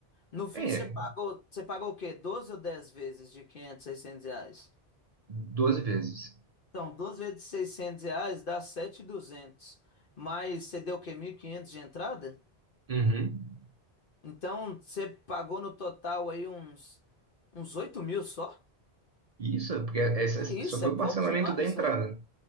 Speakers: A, on the left; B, on the right.
A: No fim,
B: é,
A: você pagou, você pagou o quê? 12 ou 10 vezes de 500, 600 reais?
B: 12 vezes.
A: Então, 12 vezes 600 reais dá 7.200. Mas você deu o quê? mil e quinhentos de entrada?
B: Uhum.
A: Então você pagou no total aí uns, uns 8 mil só?
B: Isso, porque essa
A: Que isso,
B: só foi
A: é pouco
B: o parcelamento
A: demais,
B: da entrada.
A: velho.